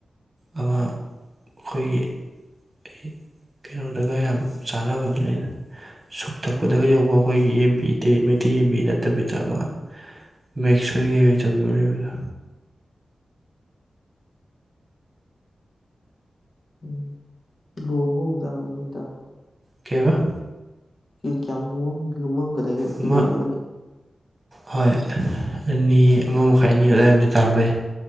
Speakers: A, on the right; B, on the left.
A: ꯑꯃ ꯑꯩꯈꯣꯏꯒꯤ ꯀꯩ ꯀꯩꯅꯣꯗꯒ ꯌꯥꯝ ꯆꯥꯟꯅꯕꯗꯨꯅꯤꯅꯦ ꯁꯨꯛ ꯊꯛꯄꯗꯒ ꯌꯧꯕ ꯑꯩꯈꯣꯏꯒꯤ ꯌꯦꯡꯕꯤ ꯃꯩꯇꯩ ꯌꯦꯟꯕꯤ ꯅꯠꯇꯕꯤꯗ ꯑꯃ ꯃꯦꯛꯁ ꯑꯣꯏꯒꯦ ꯑꯣꯏ ꯇꯧꯕꯤꯌꯣꯅꯦꯕꯗꯣ
B: ꯎꯝ ꯀꯤꯂꯣ ꯑꯃꯃꯨꯛ ꯇꯥꯕ꯭ꯔꯣ ꯑꯅꯤꯃꯨꯛ ꯇꯥꯕ꯭ꯔꯣ
A: ꯀꯩꯑꯕꯥꯥ
B: ꯀꯤ ꯀ꯭ꯌꯥꯝ ꯂꯨꯝꯃꯝ-ꯂꯨꯝꯃꯝꯒꯗꯒꯦꯕ
A: ꯑꯃ
B: ꯀꯤꯂꯣ ꯑꯃꯅꯤ
A: ꯍꯣꯏ ꯑꯅꯤ ꯑꯃ ꯃꯈꯥꯏ ꯑꯅꯤ ꯑꯗꯨꯋꯥꯏꯝꯇꯤ ꯇꯥꯔꯝꯕ ꯌꯥꯏ